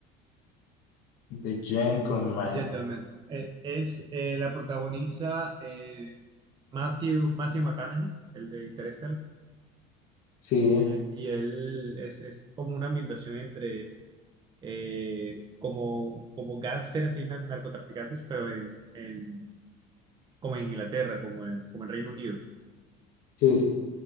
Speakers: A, on the left; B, on the right.
A: The Gentleman.
B: The Gentleman. Eh, es, eh, la protagoniza eh, Matthew, Matthew McConaughey, el de Interstellar,
A: Sí,
B: eh, y él es, es como una ambientación entre eh, como, como gángsters y na- narcotraficantes, pero en, en- como en Inglaterra, como en, como en Reino Unido.
A: sí.